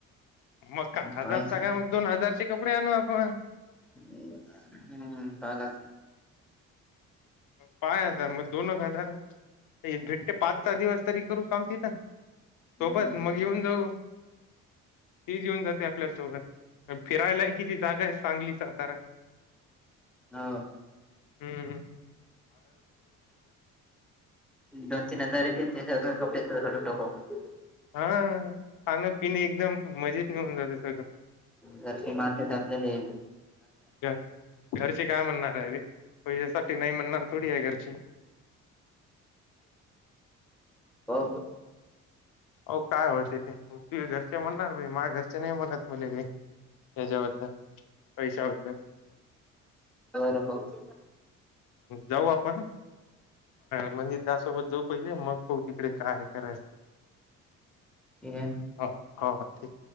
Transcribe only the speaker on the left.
मग का हजारचा
कायष मग दोन हजारचे कपडे आणू आपण.
पाय आता म. दोनक हजार भेटतेे, पाच सहा दिवस तरी करू काम तिथंऽऽ सोपच,
मग येऊन जाऊ,, तेीच येऊन जाते आपल्यासोबत,, फिरायला ककीची जागा आहे सांगली सातारा,,
हम्म, ह,
हा, खाण्यापिणे एकदम, मजेत मिेऊन जातेऽऽ
घ, घरचे काय म्हणणार आहेी रेऽऽ पैशसाठी नाही म्हणणार थोडी आहे घरचीऽ
हो काय होते ते, तुजे घरचे म्हणणार, भा माझ घरचे नाही म्हणत मुलेलीऽऽ हच्या बद्दल, पैसा बद्दल,,
जाऊ आपण, म्हणजे त्यासोबत जाऊ पहिले, मग हो तिकडे काय? रा
ह, हो, ठीक,